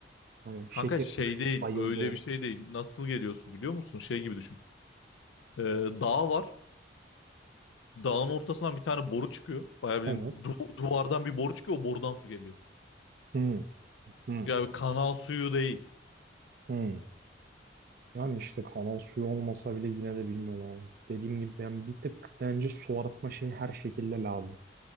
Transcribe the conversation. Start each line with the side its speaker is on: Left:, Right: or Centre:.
Right: hani
Left: Kanka
Right: şekeri
Left: şey
Right: düştü
Left: değil,
Right: bayıldı
Left: öyle
Right: orada.
Left: bir şey değil. Nasıl geliyorsun biliyor musun? Şey gibi düşün. Ee, dağ var. Dağın ortasından bir tane boru çıkıyor. Bayağı bilin
Right: Evet.
Left: du- duvardan bir boru çıkıyor. O borudan su geliyor.
Right: Hı hı
Left: Yani kanal suyu değil.
Right: hı. Yani işte kanal suyu olmasa bile yine de bilmiyorum abi. Dediğim gibi ben bir tık bence su arıtma şeyi her şekilde lazım.